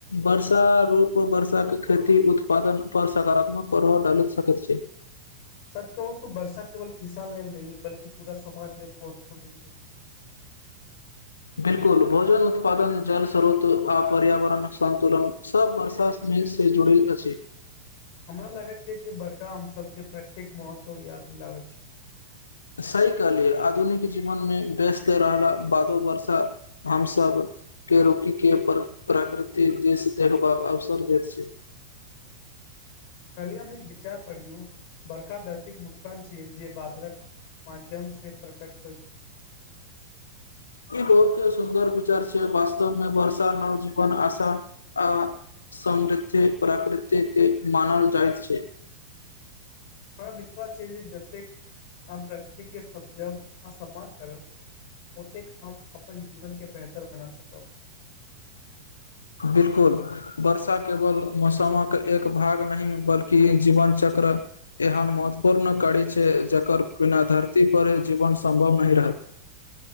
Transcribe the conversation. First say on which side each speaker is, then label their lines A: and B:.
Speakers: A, on the left; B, on the left.
A: वर्षा रूप वर्षा के खेती उत्पादन पर सकारात्मक पर्व डालि सक छै
B: सच कहू तऽ वर्षा केवल किसान लेल रही बल्कि पूरा समाज लेल महुत्वपूर्ण छै ह <inaudible>
A: बिलकुल भोजन उत्पादन जल स्रोत आ पर्यावरण संन्तुलन सब वर्षामे से जुड़ल अछि
B: हमरा लागैत छै जे बड़का हमसभके प्रत्येक महत्व याद दिलाबैत छी
A: सही कहली आधुनिक जीवन मे व्यस्त रहला बादो वर्षा हमसभ के रूकी के प्राकृतिक दृश देखबाक अवसर दैत छै
B: काल्हि हम‌ एक बिचार पड़लु बरका दश मुस्कान छै जे बातरक माध्यम से प्रकट होइ छै
A: ई बहुत सुन्दर विचार छै वास्तवमे वर्षा नव जीवन आशा आ समृद्धि प्रकृति के मानल जाइतत छै
B: ह <inaudible> मरा विश्वास छै जे जतेक आम प्रकति के समजब आ सम्मान करब ओतेक हम अपन जीवनके बेहतर बना सकब
A: बिलकुल वर्षा केवल मौसमक एक भाग नहि बल्कि जीवनचक्र यहाँ महत्वपूर्ण कड़ी छै जकर बिना धरती पर जीवन सम्भव न रहत